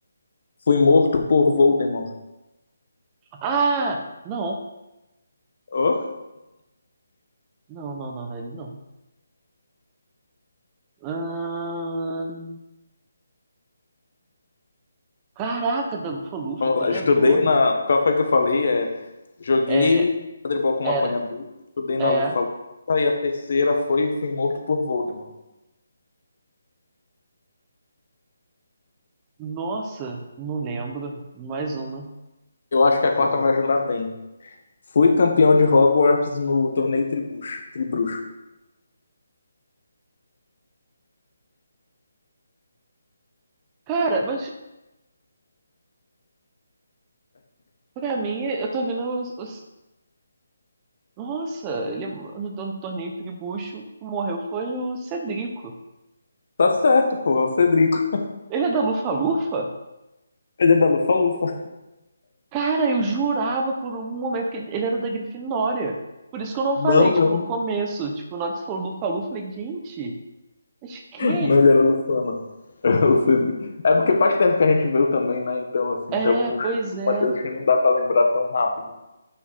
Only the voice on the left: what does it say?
Fui morto por Voldemort.
Ô,
Vamos
lá. Estudei na. Qual foi que eu falei? É, joguei
quadribol como
apanhador. Estudei na
Lufa-Lufa. E a terceira foi fui morto por Voldemort.
Eu acho que a quarta
vai ajudar bem. Fui campeão de Hogwarts no torneio Tribucho, Tribruxo.
Tá certo, pô, é o Cedrico.
Ele é da Lufa-Lufa.
Não,
não.
Não, ele era Lufana. É o Cedrico. É porque faz tempo que a gente viu também, né? Então, assim,
tem algumas,
algumas
coisas que não dá pra lembrar tão rápido.